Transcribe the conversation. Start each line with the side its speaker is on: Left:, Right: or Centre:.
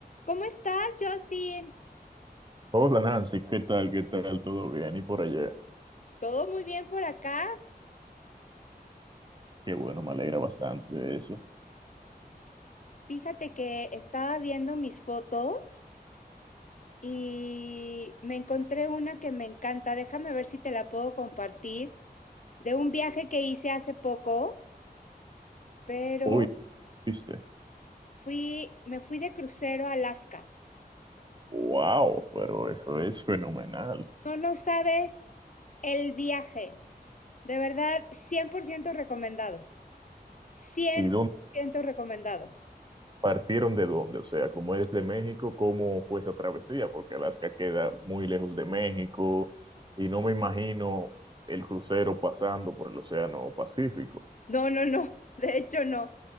Left: ¿Cómo estás, Justin?
Right: Hola Nancy, ¿qué tal? ¿Qué tal? ¿Todo bien? ¿Y por allá?
Left: Todo muy bien por acá.
Right: Qué bueno, me alegra bastante de eso.
Left: Fíjate que estaba viendo mis fotos y me encontré una que me encanta. Déjame ver si te la puedo compartir. De un viaje que hice hace poco, pero
Right: Uy, ¿viste?
Left: fui, me fui de crucero a Alaska.
Right: ¡Wow! Pero eso es fenomenal.
Left: No, no sabes el viaje. De verdad, 100% recomendado. Cien
Right: ¿Y dónde
Left: por ciento recomendado.
Right: partieron de dónde? O sea, como eres de México, ¿cómo fue esa travesía? Porque Alaska queda muy lejos de México y no me imagino el crucero pasando por el Océano Pacífico.
Left: No, no, no. <laughs> De hecho, no